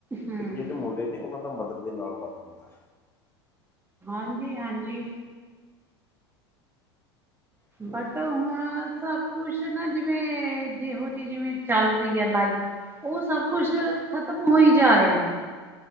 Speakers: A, on the right; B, on the left.
A: ਹਮ
B: ਇਹ ਜਿਹੜੇ ਮੁੰਡੇ ਨੇ ਉਹਨਾਂ ਦਾ ਮਦਰ ਦੇ ਨਾਲ ਵੱਧ ਹੁੰਦਾ।
A: ਹਾਂਜੀ-ਹਾਂਜੀ।
B: ਹੈ
A: ਬਟ
B: ਉਹ
A: ਹੁਣ ਸਭ ਕੁਛ ਨਾ ਜਿਵੇਂ ਜਿਹੋ ਜਿਹੀ ਜਿਵੇਂ ਚੱਲ ਰਹੀ ਆ ਲਾਈਫ ਉਹ ਸਭ ਕੁਛ ਖਤਮ ਹੋਈ ਜਾ ਰਿਹਾ।